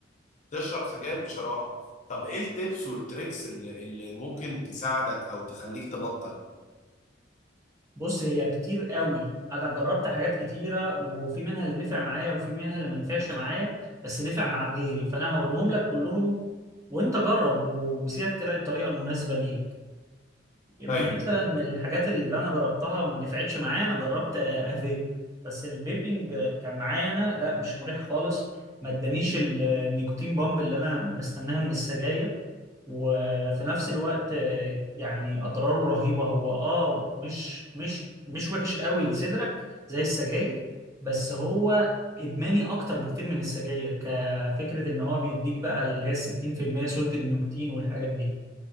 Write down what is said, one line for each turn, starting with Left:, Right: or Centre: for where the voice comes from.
Left: تشرب سجاير بشراهه طب ايه التبس والتريكس اللي, اللي ممكن تساعدك او تخليك تبطل
Right: بص هي كتير قوي انا جربت حاجات كتيره وفي منها اللي نفع معايا وفي منها اللي ما نفعش معايا بس نفع مع غيري فانا هقولهم لك كلهم وانت جرب ومسيرك تلاقي الطريقه المناسبه ليك يبقى
Left: ايوه
Right: مثلا من الحاجات اللي انا جربتها ما نفعتش معايا انا جربت آه، افيب بس الفيبنج آه، كان معايا انا لا مش مريح خالص ما ادانيش ال- النيكوتين بامب اللي انا بستناها من السجاير وفي نفس الوقت آه، يعني اضراره رهيبة هو اه مش مش مش وحش قوي لصدرك زي السجاير بس هو ادماني اكتر بكتير من السجاير كفكرة ان هو بيديك بقى اللي هي 60% سلطة نيكوتين والحاجات دي